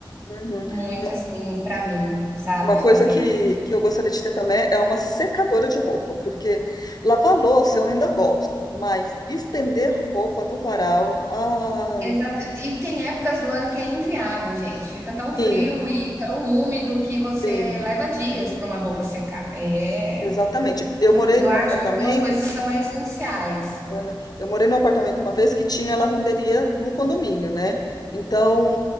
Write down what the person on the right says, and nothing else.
muito
assim para mim, sabe,
fazer.
Exa- E tem épocas do ano que é inviável, gente. Fica tão frio
e tão úmido que você
leva dias para uma roupa secar. É,
eu
acho
que algumas coisas são essenciais.